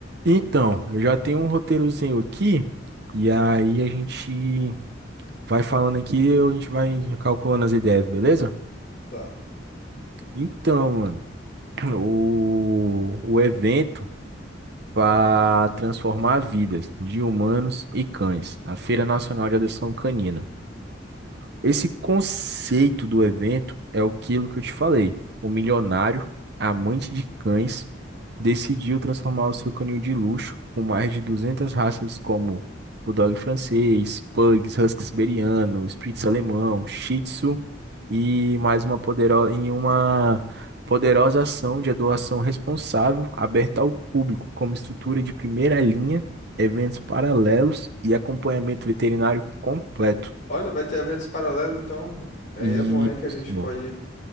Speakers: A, on the right (about 60°); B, on the left (about 45°).
A: Então, eu já tenho um roteirozinho aqui, e aí a gente vai falando aqui, eu- a gente vai calculando as ideias, beleza?
B: Tá.
A: Então, mano, <clears throat> o, o evento para transformar vidas de humanos e cães, a Feira Nacional de Adoção Canina. Esse conceito do evento é aquilo que eu te falei, o milionário, amante de cães decidiu transformar o seu canil de luxo com mais de 200 raças como Bulldog francês, Pugs, Husky siberiano, Spitz alemão, Shih Tzu e mais uma poderosa em uma poderosa ação de doação responsável aberta ao público como estrutura de primeira linha, eventos paralelos e acompanhamento veterinário completo.
B: Olha, vai ter eventos paralelos, então. Aí
A: Isso.
B: é bom, hein, que a gente pode,